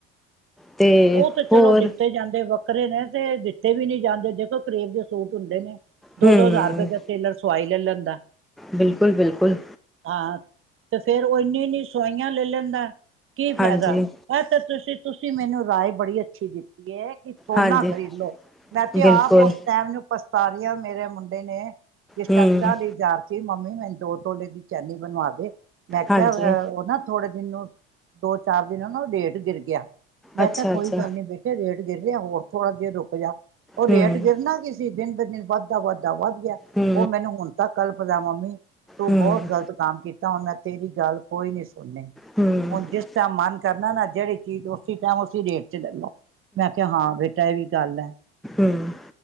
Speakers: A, in the centre; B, on the right.
A: ਤੇ
B: ਉਹ ਤੇ
A: ਹੋਰ
B: ਚਲੋ ਦਿੱਤੇ ਜਾਂਦੇ ਵੱਖਰੇ ਨੇ ਤੇ ਦਿੱਤੇ ਵੀ ਨਹੀਂ ਜਾਂਦੇ ਦੇਖੋ ਕਰੀਬ ਦੇ ਸੂਟ ਹੁੰਦੇ ਨੇ ਦੋ
A: ਹੂੰ
B: ਦੋ ਹਜ਼ਾਰ ਰੁਪਏ ਟੇਲਰ ਸਵਾਈ ਲੈ ਲੈਂਦਾ
A: ਬਿਲਕੁਲ ਬਿਲਕੁਲ
B: ਹਾਂ ਤੇ ਫੇਰ ਉਹ ਇਨੀ ਇਨੀ ਸਵਾਈ ਲੈ ਲੈਂਦਾ ਕੀ ਫਾਇਦਾ
A: ਹਾਂਜੀ
B: ਆ ਤਾਂ ਤੁਸੀਂ ਤੁਸੀਂ ਮੈਨੂੰ ਰਾਏ ਬੜੀ ਅੱਛੀ ਦਿੱਤੀ ਹੈ ਕਿ ਸੋਨਾ
A: ਹਾਂਜੀ
B: ਖਰੀਦ ਲੋ ਮੈਂ ਤੇ
A: ਬਿਲਕੁਲ
B: ਆਪ ਉਸ ਟਾਈਮ ਨੂੰ ਪਸਤਾਰੀਆਂ ਮੇਰੇ ਮੁੰਡੇ ਨੇ ਜਿਸ
A: ਹੂੰ,
B: ਟਾਈਮ ਚਾਹਲੀ ਹਜਾਰ ਮੰਮੀ ਮੈਨੂੰ ਦੋ ਤੋਲੇ ਦੀ ਚੈਨੀ ਬਣਵਾ ਦੇ ਮੈਂ
A: ਹਾਂਜੀ,
B: ਕਿਹਾ ਉਹ ਨਾ ਥੋੜੇ ਦਿਨ ਨੂੰ ਦੋ ਚਾਰ ਦਿਨ ਉਹ ਨਾ ਰੇਟ ਗਿਰ ਗਿਆ ਮੈਂ
A: ਅੱਛਾ-ਅੱਛਾ,
B: ਕਿਹਾ ਕੋਈ ਗੱਲ ਨੀ ਬੇਟੇ ਰੇਟ ਗਿਰ ਰਿਹਾ ਹੋਰ ਥੋੜ੍ਹਾ ਜਹਾ ਰੁਕ ਜਾ ਉਹ
A: ਹੂੰ,
B: ਰੇਟ ਗਿਰਨਾ ਕਿਸ ਦਿਨ ਬ ਦਿਨ ਵੱਧਤਾ ਵੱਧਦਾ ਵੱਧ ਗਿਆ
A: ਹੂੰ,
B: ਉਹ ਮੈਨੂੰ ਹੁਣ ਤੱਕ ਕੱਲ ਪਤਾਵਾਂ ਤੂੰ
A: ਹੂੰ, ਹੂੰ,
B: ਬਹੁਤ ਗ਼ਲਤ ਕੰਮ ਕੀਤਾ ਤਾਂ ਉਹਨਾਂ ਤੇਰੀ ਗੱਲ ਕੋਈ ਨੀ ਸੁਣਨੀ
A: ਹੂੰ,
B: ਹੁਣ ਜਿਸਦਾ ਮਨ ਕਰਨਾ ਨਾ ਜਿਹੜੀ ਚੀਜ਼ ਉਸ ਉਸੀ ਰੇਟ ਚ ਲੈ ਲੋ ਮੈਂਖਿਆ ਹਾਂ ਬੇਟਾ ਇਹ ਵੀ ਗੱਲ ਹੈ
A: ਹੂੰ,